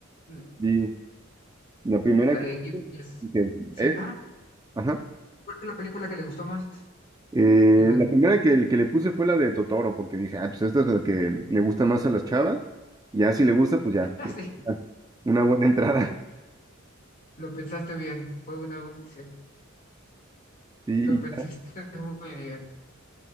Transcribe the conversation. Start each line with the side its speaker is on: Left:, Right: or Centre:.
Left: L-
Right: Y la primera
Left: La
Right: que,
Left: de Ghibli es...
Right: que-
Left: Sí,
Right: eh,
Left: ah,
Right: ajá,
Left: ¿Cuál fue la película que le gustó más?
Right: eh,
Left: De la-
Right: la primera que, que le puse fue la de Totoro porque dije, ah, pues esta es la que le gusta más a las chavas, ya si le gusta pues ya,
Left: <laughs> Ah, sí,
Right: una buena entrada. <laughs>
Left: lo pensaste bien. Fue una. sí,
Right: Sí,
Left: lo pensaste <laughs> muy bien.